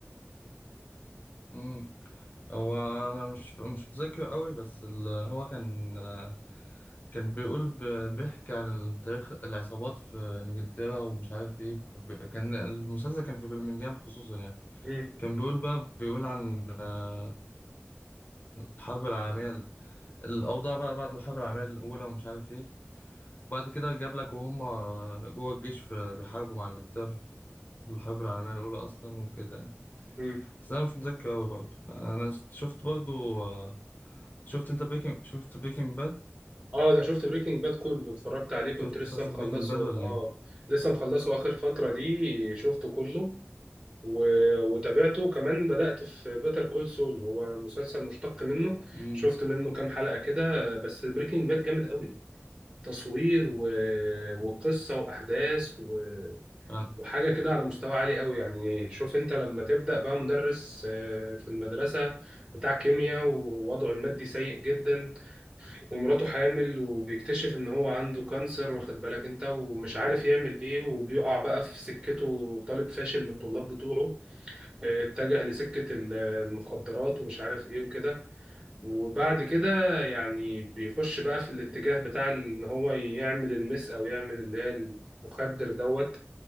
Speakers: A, on the left; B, on the right.
A: امم هو انا مش مش متذكر قوي بس ال- هو كان آه، كان بيقول ب- بيحكي عن تاريخ العصابات في انجلترا ومش عارف ايه ب... كان المسلسل كان في برمنجهام خصوصا يعني
B: امم
A: كان بيقول بقى بيقول عن آه، الحرب العالمية الأوضاع بقى بعد الحرب العالمية الأولى ومش عارف إيه وبعد كده جاب لك وهم جوه الجيش في بيحاربوا مع إنجلترا في الحرب العالمية الأولى أصلا وكده يعني
B: نعم
A: بس أنا مش متذكر أوي برضه أنا شفت برضه شفت أنت بريكنج شفت بريكنج باد
B: اه ده شفت بريكنج باد كله اتفرجت عليه كنت
A: شفت
B: لسه
A: مسلسل
B: مخلصه
A: بريكنج باد ولا
B: اه
A: إيه؟
B: لسه مخلصه اخر فترة دي شفته كله و... وتابعته كمان بدأت في بيتر كول سول هو مسلسل مشتق منه
A: امم
B: شفت منه كام حلقة كده بس بريكنج باد جامد قوي تصوير و... وقصة وأحداث و...
A: أنا-
B: وحاجة كده على مستوى عالي قوي يعني شوف انت لما تبدأ بقى مدرس آه، في المدرسة بتاع كيمياء ووضعه المادي سيء جدا ومراته حامل وبيكتشف ان هو عنده كانسر واخد بالك انت ومش عارف يعمل ايه وبيقع بقى في سكته طالب فاشل من الطلاب بتوعه اه، اتجه لسكة ال- المخدرات ومش عارف ايه وكده وبعد كده يعني بيخش بقى في الاتجاه بتاع ال- ان هو يعمل المس او يعمل اللي هي المخدر دوت